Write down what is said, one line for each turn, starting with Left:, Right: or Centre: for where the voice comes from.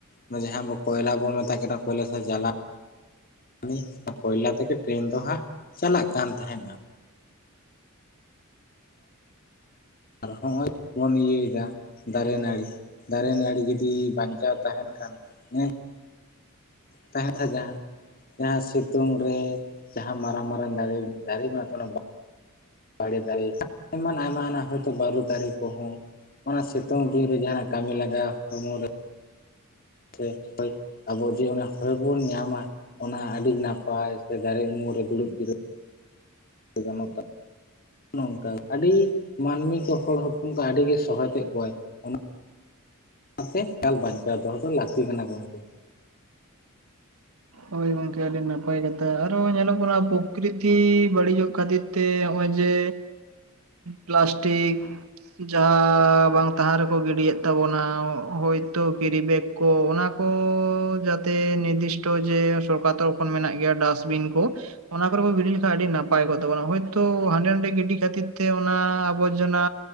Left: ᱫᱚ ᱡᱟᱦᱟᱸ ᱟᱵᱚ ᱠᱚᱭᱞᱟ ᱵᱚᱱ ᱢᱮᱛᱟᱜ ᱠᱟᱱᱟ ᱠᱚᱭᱞᱟ ᱥᱮ ᱡᱟᱞᱟ ᱱᱤ, ᱟᱨ ᱠᱚᱭᱞᱟ ᱛᱮᱜᱮ ᱴᱨᱮᱱ ᱫᱚ ᱦᱟᱸᱜ ᱪᱟᱞᱟᱜ ᱠᱟᱱ ᱛᱟᱦᱮᱸᱱᱟ᱾ ᱟᱫᱚ ᱦᱚᱸᱜᱼᱚᱭ ᱵᱚᱱ ᱤᱭᱟᱹᱭᱮᱫᱟ ᱫᱟᱨᱮ ᱱᱟᱹᱲᱤ, ᱫᱟᱨᱮ ᱱᱟᱹᱲᱤ ᱡᱩᱫᱤ ᱵᱟᱧᱪᱟᱣ ᱛᱟᱦᱮᱱ ᱠᱷᱟᱱ᱾ ᱦᱮᱸ ᱛᱟᱦᱮᱸ <unintelligible> ᱡᱟᱦᱟᱸ ᱡᱟᱦᱟᱸ ᱥᱤᱛᱩᱝ ᱨᱮ, ᱡᱟᱦᱟᱸ ᱢᱟᱨᱟᱝ ᱢᱟᱨᱟᱝ ᱫᱟᱲᱮ ᱫᱟᱨᱮ ᱫᱟᱨᱮᱢᱟ ᱛᱚᱱᱚᱝ <unintelligible> ᱵᱟᱲᱮ ᱫᱟᱨᱮ, ᱮᱢᱟᱱ ᱟᱭᱢᱟ ᱦᱮᱱᱟᱜ ᱦᱚᱭᱛᱳ ᱵᱟᱹᱨᱩ ᱫᱟᱨᱮ ᱠᱚᱦᱚᱸ ᱚᱱᱟ ᱥᱤᱛᱳᱝ ᱫᱤᱱ ᱨᱮ ᱡᱟᱦᱟᱸ ᱠᱟᱹᱢᱤ ᱞᱟᱜᱟ ᱦᱚᱲᱢᱚ ᱨᱮ ᱥᱮ ᱦᱚᱭ, ᱟᱵᱚ ᱡᱮ ᱚᱱᱮ ᱦᱚᱭ ᱵᱚᱱ ᱧᱟᱢᱟ᱾ ᱚᱱᱟ ᱟᱹᱰᱤ ᱱᱟᱯᱟᱭ ᱥᱮ ᱫᱟᱨᱮ ᱩᱢᱩᱞ ᱨᱮ ᱫᱩᱲᱩᱵ ᱡᱤᱨᱟᱹᱜᱼᱼ ᱜᱟᱱᱚᱜ ᱛᱟ <unintelligible> ᱱᱚᱝᱠᱟ, ᱟᱹᱰᱤ ᱢᱟᱹᱱᱢᱤ ᱠᱚ ᱦᱚᱲ ᱦᱚᱯᱚᱱ ᱠᱚ ᱟᱹᱰᱤᱜᱮ ᱥᱚᱦᱚᱫᱮᱫ ᱠᱚᱣᱟᱭ᱾ ᱚᱱᱟᱛᱮ <unintelligible> ᱮᱠᱟᱞ ᱵᱟᱪᱠᱟᱣ ᱫᱚᱦᱚ ᱫᱚ ᱞᱟᱹᱠᱛᱤ ᱠᱟᱱᱟ ᱜᱚᱝᱠᱮ᱾
Right: ᱦᱳᱭ ᱜᱚᱝᱠᱮ ᱟᱹᱰᱤ ᱱᱟᱯᱟᱭ ᱠᱟᱛᱷᱟ᱾ ᱟᱨᱚ ᱧᱮᱞᱚᱜ ᱠᱟᱱᱟ ᱯᱚᱠᱨᱤᱛᱤ ᱵᱟᱹᱲᱤᱡᱚᱜ ᱠᱷᱟᱹᱛᱤᱨᱼᱼ ᱛᱮ, ᱦᱚᱜᱚᱭ‌ ᱡᱮ ᱯᱞᱟᱥᱴᱤᱠ ᱡᱟᱦᱟᱸ ᱵᱟᱝ ᱛᱟ ᱦᱟᱸ ᱨᱮᱠᱚ ᱜᱤᱰᱤᱭᱮᱫ ᱛᱟᱵᱚᱱᱟ᱾ ᱦᱳᱭᱛᱚ ᱠᱮᱨᱤ ᱵᱮᱜᱽ ᱠᱚ, ᱚᱱᱟ ᱠᱚ ᱡᱟᱛᱮ ᱱᱤᱨᱫᱤᱥᱴᱚ ᱡᱮ ᱥᱚᱨᱠᱟᱨ ᱛᱚᱨᱚᱯᱷ ᱠᱷᱚᱱ ᱢᱮᱱᱟᱜ ᱜᱮᱭᱟ ᱰᱟᱥᱴᱵᱤᱱ ᱠᱚ᱾ ᱚᱱᱟ ᱠᱚᱨᱮ ᱠᱚ ᱜᱤᱰᱤ ᱞᱮᱠᱷᱟᱡ ᱟᱹᱰᱤ ᱱᱟᱯᱟᱭ ᱠᱚᱜ ᱛᱟᱵᱚᱱᱟ ᱾ ᱦᱳᱭᱛᱳ ᱦᱟᱸᱰᱮ ᱱᱟᱸᱰᱮ ᱜᱤᱰᱤ ᱠᱷᱟᱹᱛᱤᱨ ᱛᱮ ᱚᱱᱟ ᱟᱵᱚᱨᱡᱚᱱᱟ